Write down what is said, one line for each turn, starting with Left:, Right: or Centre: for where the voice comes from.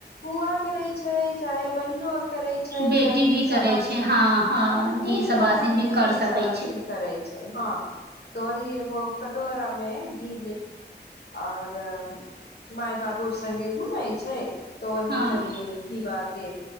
Left: फुआ करय छै चाहे बहिनो आर करय छै
Right: बेटी
Left: चाहे धिसवासीन
Right: भी करै छै हँ
Left: हँ
Right: दी
Left: कुल
Right: सबासिन
Left: खानदानकें
Right: भी कर
Left: धीसवासीन
Right: सकै छै
Left: करय छै हँ तो वही एगो कटोरामे घी आओर माय बाबू संगे घुमय छै तऽ वही
Right: हँ
Left: तनि घीवा के